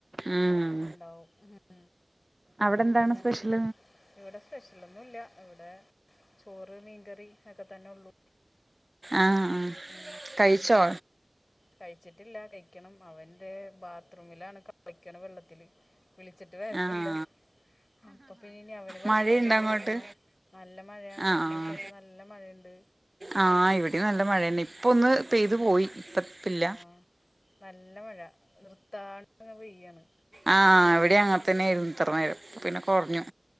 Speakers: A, on the right; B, on the left.
A: ഉം
B: <unintelligible>
A: അവിടെന്താണ്
B: പിന്നെ
A: സ്പെഷ്യൽ
B: ഇവിടെ സ്പെഷ്യലൊന്നുല്ല ഇവിടെ ചോറ് മീൻകറി ഒക്കെ തന്നെ ഉള്ളൂ
A: ആഹ് ആഹ്
B: ഉം
A: കഴിച്ചോ
B: കഴിച്ചിട്ടില്ല കഴിക്കണം അവന്റെ ബാത്റൂമിലാണ് കളിക്കണ് വെള്ളത്തില് വിളിച്ചിട്ട് വരണില്ല
A: ആഹ്
B: അപ്പൊ പിന്നെ ഇനി അവന് ഭക്ഷണൊക്കെ
A: മഴയുണ്ടോ
B: കൊടുക്കണം
A: അങ്ങോട്ട്
B: നല്ല മഴയാണ്
A: ആഹ്
B: രണ്ടൂസായിട്ട് നല്ല മഴണ്ട്
A: ആഹ് ഇവടെം നല്ല മഴേന്നെ ഇപ്പൊന്ന് പെയ്തു പോയി ഇപ്പ പ്പില്ല
B: ആഹ് നല്ല മഴ നിർത്താണ്ട് പെയ്യാണ്
A: ആ ഇവിടെ അങ്ങനെ തന്നായിരുന്നു ഇത്ര നേരം പിന്നെ കുറഞ്ഞു